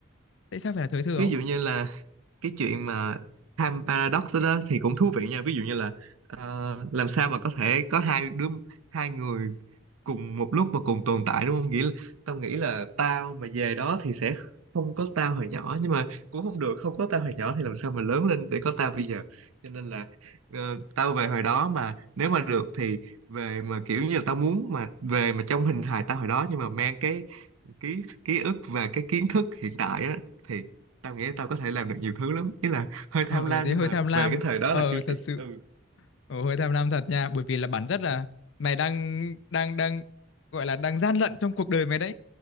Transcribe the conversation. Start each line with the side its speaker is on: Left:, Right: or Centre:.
Left: Tại sao phải là thời thơ
Right: ví
Left: ấu?
Right: dụ như là cái chuyện mà time paradox đó, đó thì cũng thú vị nha ví dụ như là ờ, làm sao mà có thể có hai đứa hai người cùng một lúc mà cùng tồn tại đúng không nghĩa là tao nghĩ là tao mà về đó thì sẽ không có tao hồi nhỏ nhưng mà cũng không được không có tao hồi nhỏ thì làm sao mà lớn lên để có tao bây giờ cho nên là ờ, tao về hồi đó mà nếu mà được thì về mà kiểu như là tao muốn mà về mà trong hình hài tao hồi đó nhưng mà mang cái ký ký ức và cái kiến thức hiện tại á thì tao nghĩ tao có thể làm được nhiều thứ lắm ý là hơi
Left: Ờ,
Right: tham lam
Left: ờ, thế
Right: nhưng
Left: hơi
Right: mà
Left: tham lam.
Right: về cái thời đó
Left: Ờ,
Right: là kiểu
Left: thật
Right: gì
Left: sự.
Right: ừ
Left: Ồ, hơi tham lam thật nha bởi vì là bản chất là mày đang đang đang gọi là đang gian lận trong cuộc đời mày đấy